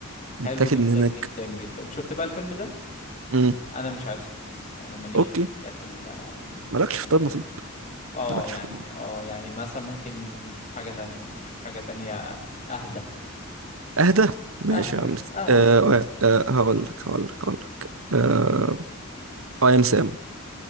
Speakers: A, on the left; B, on the right.
A: حلو
B: متاخد
A: جدا
B: من هناك
A: جدا جدا شفت بقى الفيلم ده
B: امم
A: انا مش عايزه خالص يعني أنا ماليش
B: اوكي
A: في الحاجات ال- آه،
B: مالكش في
A: الحاجات
B: طب
A: دي
B: نصيب
A: خالص اه
B: مالكش
A: يعني
B: في طب
A: اه يعني مثلا ممكن نشوف حاجة تانية ممكن نشوف حاجة تانية اهدى
B: اهدى ماشي
A: اهدى
B: يا عم
A: اهدى
B: آه
A: يعني
B: آه
A: مش
B: آه، هقول لك هقول لك هقول لك آه، اي ام سام